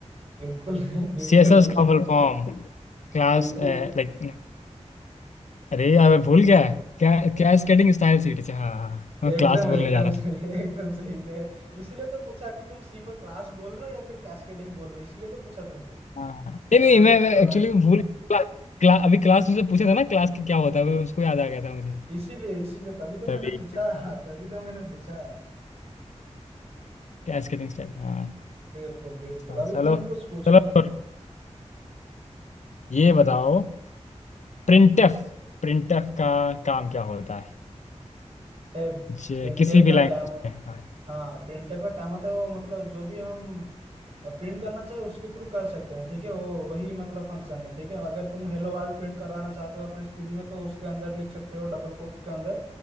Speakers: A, on the right; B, on the left.
A: बिल्कुल नहीं बिल्कुल
B: सीएसएस
A: नहीं
B: का फुल फॉर्म क्लास
A: बिल्कुल
B: लाइक अरे यार मैं भूल गया क्या क्या स्केटिंग स्टाइल सीट अच्छा हाँ हाँ हाँ, मैं
A: एकदम
B: क्लास
A: एकदम
B: बोलने जा रहा
A: सही
B: था
A: एकदम सही ने इसीलिए तो पूछा कि तुम सी पर क्लास बोल रहे हो या फिर कैस्केडिंग बोल रहे हो इसीलिए तो पूछा तुमको
B: हाँ नहीं नहीं
A: कंफ्यूज
B: मैं, मैं
A: करवाने
B: एक्चुअली
A: के
B: भूल
A: लिए
B: क्ला, क्ला, अभी क्लास मुझसे पूछा था ना क्लास की क्या होता है मैं उसको याद आ गया था मुझे
A: इसीलिए इसीलिए तभी तो
B: तभी
A: मैंने पूछा तभी तो मैंने पूछा
B: क्या स्केटिंग स्टाइल हाँ
A: बिल्कुल बिल्कुल
B: अच्छा
A: अभी
B: चलो
A: तुम कुछ पूछ
B: चलो
A: लो
B: छोड़ो। ये बताओ प्रिंटफ प्रिंटफ का काम क्या होता है
A: टेप
B: जे
A: इन
B: किसी
A: टेप
B: भी
A: का
B: लैंग्वेज
A: क्या
B: में हाँ।
A: हाँ प्रिंटर का काम आता है वो मतलब जो भी हम प्रिंट करना चाहे उसके थ्रू कर सकते हैं ठीक है वो वही मतलब फंक्शन है ठीक है अगर तुम हेलो वर्ल्ड प्रिंट करवाना चाहते हो अपने स्क्रीन में तो उसके अंदर लिख सकते हो डबल कोट्स के अंदर